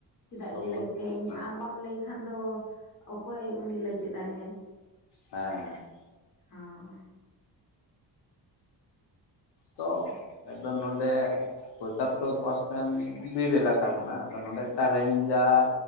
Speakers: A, on the left (about 45°); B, on the left (about 75°).
A: ᱪᱮᱫᱟᱜ
B: ᱟᱵᱚ
A: ᱡᱮ ᱛᱮᱦᱤᱧ
B: ᱦᱮᱸ
A: ᱟᱢ ᱵᱟᱢ ᱞᱟᱹᱭ ᱠᱷᱟᱱ ᱫᱚ ᱚᱠᱚᱭ ᱩᱱᱤ ᱞᱟᱹᱭ ᱪᱮᱫ ᱟᱭᱟᱭ?
B: ᱦᱮᱸ,
A: <inaudible>
B: ᱛᱚ ᱮᱠᱫᱚᱢ ᱱᱚᱸᱰᱮ ᱯᱚᱸᱪᱟᱨᱛᱳ ᱯᱟᱨᱥᱮᱱ ᱵᱤᱨ ᱮᱞᱟᱠᱟ ᱠᱟᱱᱟ ᱟᱫᱚ ᱱᱚᱰᱮᱴ ᱨᱮᱧᱡᱟᱨ